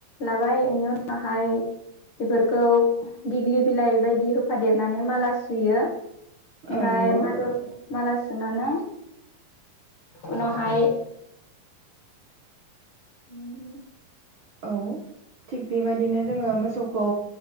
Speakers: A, on the left; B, on the right.
A: लाबाय इनि उनावहाय बेफोरखौ दिग्लि बिलाइ बायदि होफादेरनानै माला सुयो ओमफ्राय
B: औ नंगौ
A: माल' माला सु सुनानै उनावहाय उम।
B: औ थिग बेबायदिनो जोङो मोसौखौ